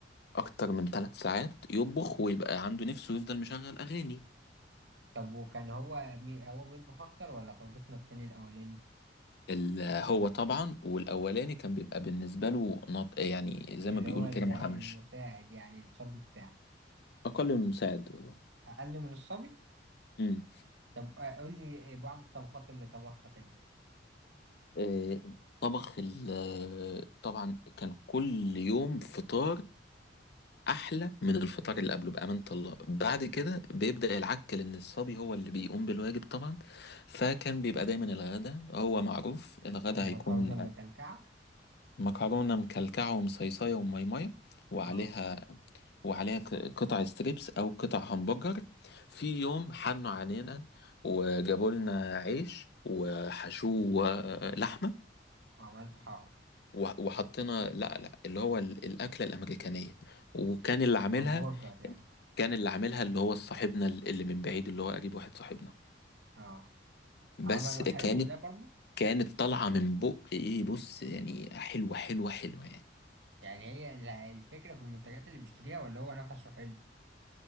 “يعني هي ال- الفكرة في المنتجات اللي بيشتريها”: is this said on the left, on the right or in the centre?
Right